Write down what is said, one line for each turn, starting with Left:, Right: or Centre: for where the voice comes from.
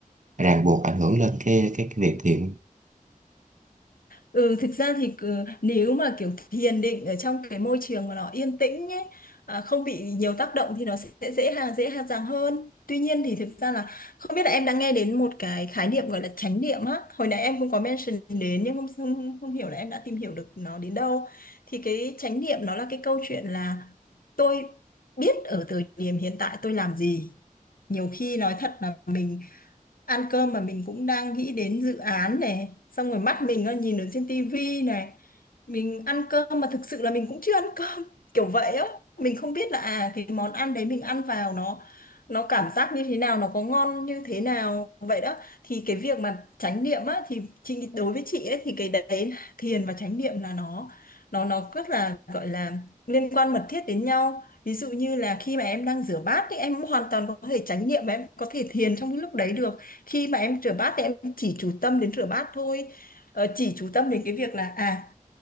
Right: ràng buộc ảnh hưởng lên cái cái, cái việc thiền
Left: Ừ, thực ra thì cứ- nếu mà kiểu thiền định ở trong cái môi trường mà nó yên tĩnh nhé, à, không bị nhiều tác động thì nó sẽ dễ hàng dễ dàng hơn. Tuy nhiên thì thực ra là không biết là em đã nghe đến một cái khái niệm gọi là chánh niệm á. Hồi nãy em cũng có mention đến nhưng không không, không hiểu là em đã tìm hiểu được nó đến đâu. Thì cái chánh niệm nó là cái câu chuyện là tôi biết ở thời điểm hiện tại tôi làm gì nhiều khi nói thật là mình ăn cơm mà mình cũng đang nghĩ đến dự án này xong rồi mắt mình nó nhìn ở trên tivi này mình ăn cơm mà thực sự là mình cũng chưa ăn cơm <laughs> kiểu vậy á mình không biết là à cái món ăn đấy mình ăn vào nó nó cảm giác như thế nào nó có ngon như thế nào vậy đó thì cái việc mà chánh niệm á thì chị đối với chị ấy thì cái đấy thiền và chánh niệm là nó nó nó rất là gọi là liên quan mật thiết đến nhau ví dụ như là khi mà em đang rửa bát thì em hoàn toàn có thể chánh niệm và em có thể thiền trong cái lúc đấy được khi mà em rửa bát thì em chỉ chú tâm đến rửa bát thôi ờ, chỉ chú tâm đến cái việc là à